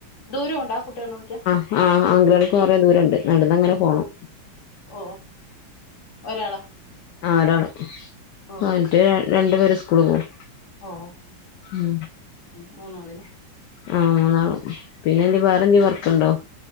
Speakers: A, on the left; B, on the left.
A: ദൂരമുണ്ടോ ആ കുട്ടികളെ വിളിക്കാ
B: ആഹ്, ആംഗള്കൊറെ ദൂരണ്ട് നടന്നങ്ങനെ പോണം.
A: ഓ ഒരാളാ
B: ആയൊരാള്
A: ഓ
B: മറ്റേ രണ്ടു പേര് സ്കൂളിൽപോകും
A: ഓ..
B: ഉം
A: ഉം.. മൂന്നാള് ലേ
B: ആഹ്.. മൂന്നാള് പിന്നെ എന്തെ വേറെ എന്തേലുംവർക്കുണ്ടോ